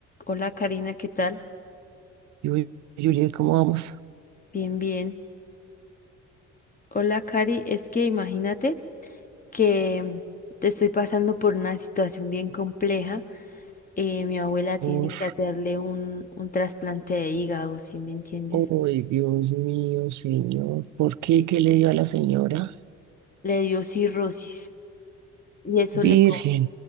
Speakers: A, on the left (about 30°); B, on the right (about 75°).
A: Hola Karina, ¿qué tal?
B: Y hoy, Juliet, ¿cómo vamos?
A: Bien, bien. Hola Cari, es que imagínate que mm, te estoy pasando por una situación bien compleja. Eh, mi abuela tiene
B: Por,
A: que hacerle un, un trasplante de hígado, si me entiendes.
B: hoy, Dios mío, Señor, ¿por qué? ¿Qué le dio a la señora?
A: Le dio cirrosis y eso
B: Virgen,
A: le, co-